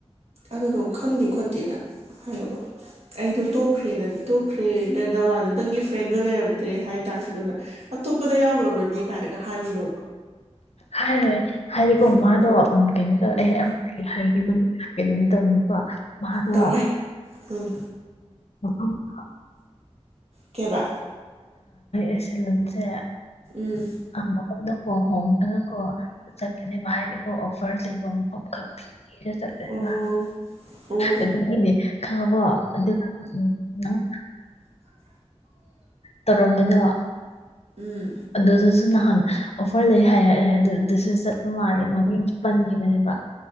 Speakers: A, on the right (about 65°); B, on the left (about 70°).
A: ꯑꯗꯨꯗꯣ ꯈꯪꯗꯦ ꯈꯣꯠ ꯇꯦꯅ ꯍꯥꯏꯌꯣꯕ ꯑꯩꯗꯣ ꯇꯣꯛꯈ꯭ꯔꯦ ꯅ ꯇꯣꯛꯈ꯭ꯔꯦ ꯅ <unintelligible> ꯅꯪꯒꯤ ꯐ꯭ꯔꯦꯟꯗꯣ ꯂꯩꯔꯝꯗ꯭ꯔꯦ ꯍꯥꯏ ꯇꯥꯔꯁꯨ ꯅꯪꯅ ꯑꯇꯣꯞꯄꯗ ꯌꯥꯎꯒꯔꯕꯅꯤ ꯀꯥꯏꯅꯒ ꯍꯥꯏꯔꯨꯅꯣꯕ
B: ꯍꯥꯏꯔꯣꯏ ꯍꯥꯏꯗꯤꯀꯣ
A: ꯎꯝ
B: ꯃꯥꯗꯣ ꯀꯩꯅꯣ ꯇꯧꯌꯦ
A: ꯎꯝ
B: ꯍꯥꯏꯒꯦ ꯀꯩꯅꯣꯗꯤ ꯇꯧꯅꯨꯀꯣ ꯃꯥꯗꯣ
A: ꯇꯧꯔꯣꯏꯍꯦ ꯎꯝ
B: <unintelligible>
A: ꯀꯩꯕ
B: ꯑ ꯁꯦꯂꯨꯟꯁꯦ
A: ꯎꯝ
B: ꯑ ꯃꯐꯝꯗꯣ ꯍꯣꯡꯗꯅ ꯀꯣ ꯆꯠꯀꯅꯦꯕ ꯍꯥꯏꯗꯤꯀꯣ ꯑꯣꯐꯔ ꯂꯩ ꯃꯐꯝ ꯈꯛ ꯊꯤꯔ ꯆꯠꯇꯣꯏꯅꯤ
A: ꯑꯣ
B: ꯃꯥ
A: ꯑꯣ
B: ꯑꯗꯨꯒꯤꯅꯦ ꯈꯪꯉꯕꯣ ꯑꯗꯨꯅ ꯎꯝ ꯅꯪ ꯇꯧꯔꯝꯕꯗꯣ
A: ꯎꯝ
B: ꯑꯗꯨꯗꯨꯁꯨ ꯅꯍꯥꯟ ꯑꯣꯐꯔ ꯂꯩ ꯍꯥꯏꯔꯛꯑꯦ ꯑꯗꯨꯗꯨꯁꯨ ꯆꯠꯄ ꯃꯥꯜꯂꯦ ꯃꯃꯤꯡꯁꯨ ꯄꯟꯈꯤꯕꯅꯦꯕ